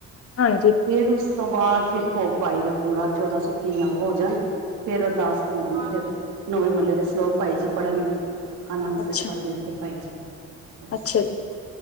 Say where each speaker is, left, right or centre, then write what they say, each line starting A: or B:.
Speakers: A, on the left; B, on the right.
A: ਹਾਂਜੀ
B: ਫੇਰ ਉਸ ਤੋਂ ਬਾਅਦ ਫਿਰ ਭੋਗ ਪਾਈ ਦਾ ਪੂਰਾ ਚੌਦਾਂ ਸੌ ਤੀਹ ਅੰਗ ਹੋ ਜਾਣ ਫਿਰ ਅਰਦਾਸ ਕਰਵਾਾਂਗੇ ਫਿਰ ਨੋਵੇਂ ਮਹੱਲੇ ਦੇ ਸਲੋਕ ਭਾਈ ਜੀ ਪੜ੍ਹਨਗੇ। ਅਨੰਦ ਸਾਹਿਬ
A: ਅੱਛਾ
B: ਪੜ ਦਿੰਦੇ ਨੇ ਭਾਈ ਜੀ। ਬਸ
A: ਅੱਛਾ ਜੀ